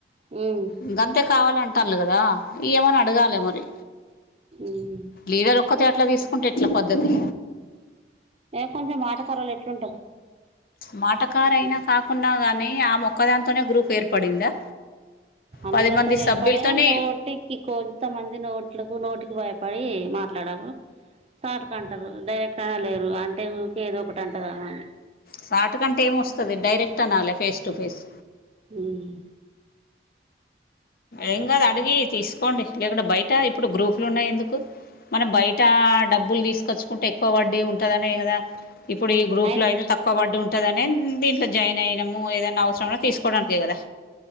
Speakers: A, on the right; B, on the left.
A: మ్మ్
B: ఇంకంతే కావాల అంటల్లు కదా ఇయ్యమని అడగాలి మరి
A: మ్మ్
B: లీడర్ ఒక్కతే అట్లా తీసుకుంటే ఎట్ల పద్దతి
A: ఏ కొంచెం ఆటకారలు ఎట్లుంటారు
B: మాటకారైనా
A: అట్లా
B: కాకున్నా గానీ ఆమొక్కదాంతోనే గ్రూప్ ఏర్పడిందా
A: అందరితోనీ
B: పది మంది సభ్యులతోని
A: ఏర్పడగా నోటికి కొన్ కొంతమంది నోట్లకు నోటికి భయపడి మాట్లాడరు సాటుకు అంటారు డైరెక్ట్ గా అనలేరు అంటే ఊకె ఏదో ఒకటి అంటది ఆమె అని
B: సాటుకు అంటే ఏం వస్తది డైరెక్ట్ అనాలి ఫేస్ టు ఫేస్
A: మ్మ్
B: ఏం కాదు అడిగి తీసుకోండి లేకుంటే బయట ఇప్పుడు గ్రూపులు ఉన్నాయి ఎందుకు మనం బయట డబ్బులు తీసుకచ్చుకుంటే ఎక్కువ పడ్డి ఉంటందినే కదా ఇప్పుడు ఈ గ్రూప్
A: ఆయన
B: లో అయితే తక్ క్కవ వడ్డీ ఉంటదనే దీంట్లో జాయిన్ అయినాము ఏదనా అవసరం ఉన్న తీసుకోవడానికె కదా